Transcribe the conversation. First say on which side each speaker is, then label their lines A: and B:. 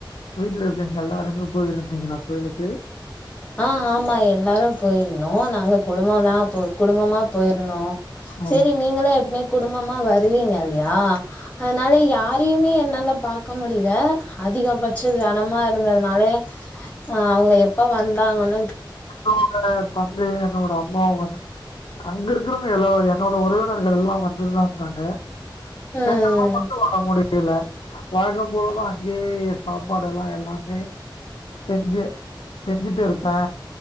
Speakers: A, on the left; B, on the left.
A: வீட்ல இருக்கவங்க எல்லாருமே <unintelligible> கோயிலுக்கு
B: ஆ ஆமா எல்லாரும் போயிருந்தோ நாங்க குடும்பமா போ குடும்பமா போய்ருந்தோ
A: ஆ.
B: சேரி நீங்களா எப்மே குடும்பமா வருவீங்கல்லையா அதுனால யாரையுமே என்னால பாக்க முடில அதிகப்பட் சொ ஜனமா இருந்தத்னாலே ஆ அவ்ங்க எப் ப்போ வந்தாங்கன்
A: ஆ ஆ தந்தைய என்னோட அம்மாவு வந்து அங்க இருக்குறவங்க எல்லோ என்னோட உறவினர்கள்லா வந்துட்தா இருந்தாங்க
B: ம்
A: என்னால மட்டு வர முடி யில வழக்கம் போலதா அங்க்யே சாப்பாடெல்லா எல்லாமே செஞ்சு செஞ்சுட்டு இருக் ஆ